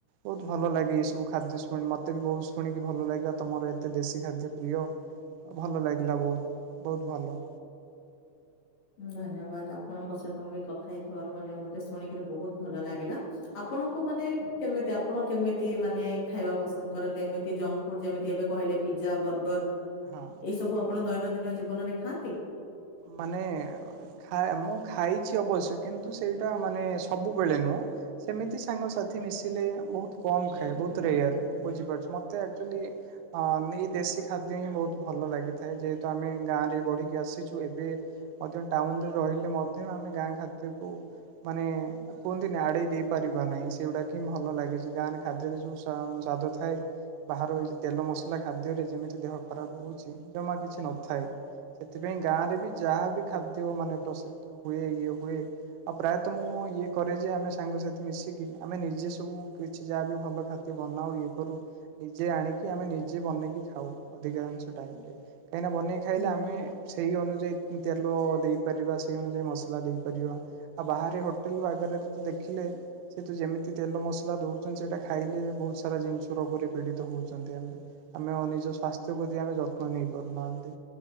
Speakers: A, on the right (about 85°); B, on the left (about 65°).
A: ବହୁତ ଭଲ ଲାଗେ ଏ ସବୁ ଖାଦ୍ୟ ଶୁଣି ମତେ ବି ବହୁତ ଶୁଣିକି ଭଲ ଲାଗିବ ତମର ଏତେ ଦେଶୀ ଖାଦ୍ୟ ପ୍ରିୟ। ଆଉ ଭଲ ଲାଗିଲା ବହୁତ ବହୁତ ଭଲ।
B: ହଁ ଧନ୍ୟବାଦ ଆପଣଙ୍କ ସହିତ ମୁ ବି କଥା ହେଇଥିବାରୁ ମାନେ ମତେ ଶୁଣିକିରି ବହୁତ ଭଲ ଲାଗିଲା। ଆପଣଙ୍କୁ ମାନେ କେମିତି ଆପଣ କେମିତି ମାନେ ଖାଇବା ପସନ୍ଦ କରନ୍ତି ଏମିତି ଜଙ୍କ ଫୁଡ ଯେମିତି ଏବେ କହିଲେ ପିଜା ବର୍ଗର।
A: ହଁ।
B: ଏଇ ସବୁ ଆପଣ ଦୈନନ୍ଦିନ ଜୀବନରେ ଖାଆନ୍ତି।
A: ମାନେ ଖାଏ ମୁଁ ଖାଇଛି ଅବଶ୍ୟ କିନ୍ତୁ ସେଇଟା ମାନେ ସବୁବେଳେ ନୁହଁ ସେମିତି ସାଙ୍ଗସାଥି ମିଶିଲେ ବହୁତ କମ୍ ଖାଏ ବହୁତ ରେୟାର ବୁଝିପାରୁଛ ମତେ ଆଚୁଆଲି। ହଁ ଆମେ ଏଇ ଦେଶୀ ଖାଦ୍ୟ ହିଁ ବହୁତ ଭଲ ଲାଗିଥାଏ ଯେହେତୁ ଆମେ ଗାଁରେ ବଢିକି ଆସିଛୁ ଏବେ ମଧ୍ୟ ଟାଉନ ରେ ରହିଲେ ମଧ୍ୟ ଆମେ ଗାଁ ଖାଦ୍ୟକୁ ମାନେ କୁହନ୍ତିିନି ଆଡେଇ ଦେଇ ପାରିବା ନାହିଁ ସେଗୁଡା କି ଭଲ ଲାଗିଛି ଗାଁରେ ଖାଦ୍ୟରେ ଯୋଉ ସ୍ଵାଦ ଥାଏ। ବାହାର ହେଇଛି ତେଲ ମସଲା ଖାଦ୍ୟରେ ଯେମିତି ଦେହ ଖରାପ ହେଉଛି ଜମା କିଛି ନଥାଏ। ସେଥିପାଇଁ ଗାଁରେ ବି ଯାହାବି ଖାଦ୍ୟ ମାନେ ପ୍ରସିଦ୍ଧ ହୁଏ ଇଏ ହୁଏ। ଆଉ ପ୍ରାୟତଃ ମୁଁ ଇଏ କରେ ଯେ ଆମେ ସାଙ୍ଗସାଥି ମିଶିକି ଆମେ ନିଜେ ସବୁ କିଛି ଯାହାବି ହୋଉ ଭଲ ଖାଦ୍ୟ ଟିକେ ବନାଉ ଇଏ କରୁ ନିଜେ ଆଣିକି ଆମେ ନିଜେ ବନେଇକି ଖାଉ ଅଧିକାଂଶ ଟାଇମରେ ଏଇନା ବନେଇ ଖାଇଲେ
B: ଆଚ୍ଛା
A: ଆମେ ସେଇ ଅନୁଯାୟୀ ତେଲ ଦେଇପାରିବା ସେଇ ଅନୁଯାୟୀ ମସଲା ଦେଇପାରିବା। ଆଉ ବାହାରେ ହୋଟେଲ ବଗାରରେ ତ ଦେଖିଲେ। ସେ ହେତୁ ଯେମିତି ତେଲ ମସଲା ଦେଉଛନ୍ତି ସେଇଟା ଖାଇଲେ ବହୁତ ସାରା ଜିନିଷ ରୋଗରେ ପୀଡ଼ିତ ହେଉଛନ୍ତି ଆମେ। ଆମେ ନିଜ ସାସ୍ଥ୍ୟ ପ୍ରତି ଆମେ ଯତ୍ନ ନେଇ ପାରୁନାହାନ୍ତି